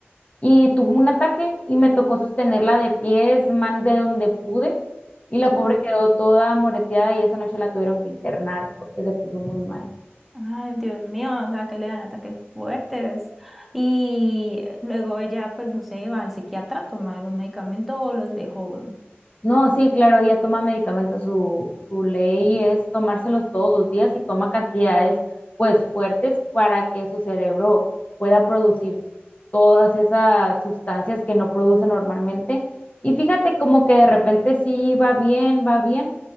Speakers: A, on the left; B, in the centre.
A: Y tuvo un ataque y me tocó sostenerla de pies, man, de donde pude. Y la
B: Ujú.
A: pobre quedó toda moreteada y esa noche la tuvieron que internar porque se puso muy mal.
B: Ay, Dios mío, o sea, que le dan ataques fuertes. Y luego ella, pues, no sé, va al psiquiatra, toma algún medicamento o los dejó
A: No, sí, claro, ella toma medicamentos, su, su ley es tomárselos todos los días y toma cantidades pues fuertes para que su cerebro pueda producir todas esas sustancias que no produce normalmente. Y fíjate como que de repente sí va bien, va bien.